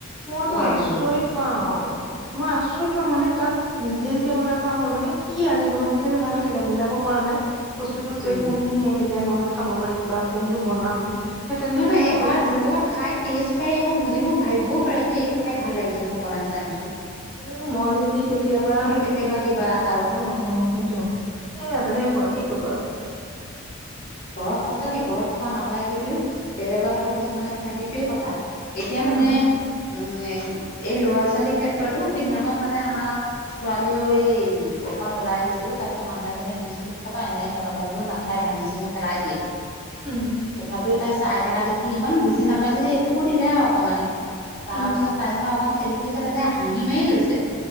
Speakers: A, in the centre; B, on the left.
A: মইতো
B: অ আইও
A: আচৰিত পাওঁ, মই আচৰিত পাওঁ মানে তাত নিজে যেতিয়া বজাৰ কৰা হ'ল মানে কি আনিব সি চাগে ভাবি থাকে মিলাব পৰা নাই। বস্তুটো
B: উম
A: যে কোনটো নিনিলে মই খাব পাৰিম বা কোনটো বনাম। সেই তেনেকে
B: নহয় নহয়
A: মানে
B: এবাৰ
A: বস্তুবিলাক
B: কৰ'বাত খাই টেষ্ট তাই আকৌ বুজিব ভাবিব‌ও পাৰে যে এইটো খাই ভাল লাগিচোন মই বনাই চাইমচোন।
A: উ মই যদি কেতিয়াবা,
B: দেখে বা কিবা এটাও
A: অঁ অঁ সেইটো হয়। সেয়া তেনেকুৱা কি কবা।
B: ঘৰত সঁচাকে ঘৰত খোৱা নাযায় যদিওঁ, বেলেগত আকৌ কিছুমানে খায় সেইটোৱে কথা। এতিয়া
A: সেয়া
B: মানে,
A: নহয়
B: উম এই ল'ৰা ছোৱালীৰ ক্ষেত্ৰতো সিদিনাখন মানে আমাৰ ছোৱালীও এই, অকন ওলাই গৈছিলো তাৰ পিছত মানুহ এজনে বিস্কু ত খাবা এনেকে ক'লে মই বোলো নাখাই ভাঙি চিঙি পেলাই দিয়ে।
A: উম
B: তথাপিও তাই চাই থকা দেখি ইমান বুজি নাপাইছে যে এইটোকো দিলে আৰু অকমানে, তাৰপিছত
A: উম
B: তাই যেনিবা অকণ চেলেকি চালে তাই হাঁহি মাৰি লৈছে।